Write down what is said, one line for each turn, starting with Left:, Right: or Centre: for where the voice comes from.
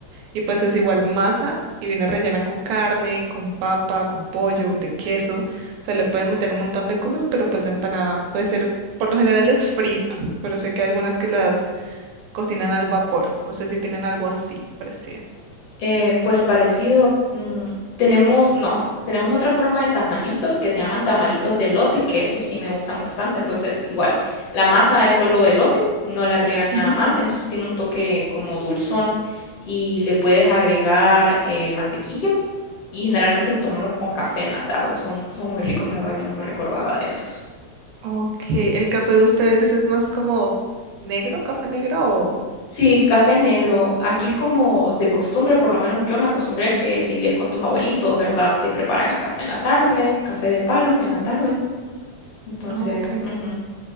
Right: Y pues es igual masa y viene rellena con carne, con papa, con pollo, de queso. O sea, le pueden meter un montón de cosas, pero pues la empanada puede ser, por lo general es frita, pero sé que hay algunas que las cocinan al vapor. No sé si tienen algo así parecido.
Left: Eh, pues parecido, a- mm, tenemos, no, tenemos otra forma de tamalitos que se llaman tamalitos de elote, que esos sí me gustan bastante. Entonces, igual, la masa es solo elote, no le agregan
Right: Ujú.
Left: nada más, entonces tiene un toque como dulzón y le puedes agregar eh, mantequilla y generalmente lo tomamos con café en la tarde. Son, son muy ricos, la verdad que no me recordaba de esos.
Right: Ok, ¿el café de ustedes es más como negro, café negro o...?
Left: Sí, café negro. Aquí es como de costumbre, por lo menos yo me acostumbré que si vives con tus abuelitos, ¿verdad? Te preparan el café en la tarde, café de palos en la tarde. Entonces,
Right: Ah, Ok,
Left: ujú.